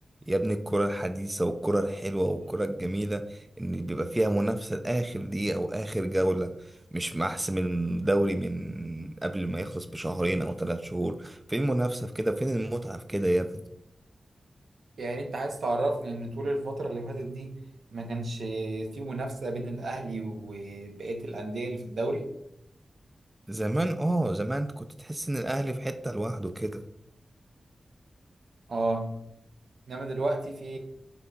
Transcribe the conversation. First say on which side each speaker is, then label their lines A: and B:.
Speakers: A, on the right; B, on the right.
A: يا ابني الكرة الحديثة والكرة الحلوة والكرة الجميلة إن بيبقى فيها منافسة لآخر دقيقة أو آخر جولة مش محسم الدوري من قبل ما يخلص بشهرين أو ثلاث شهور فين المنافسة في كده فين المتعة في كده يا ابني
B: يعني انت عايز تعرفني ان طول الفتره اللي فاتت دي ما كانش في منافسه بين الاهلي وبقيه الانديه اللي في الدوري
A: زمان اه زمان كنت تحس إن الأهلي في حتة لوحده كده
B: اه انما دلوقتي في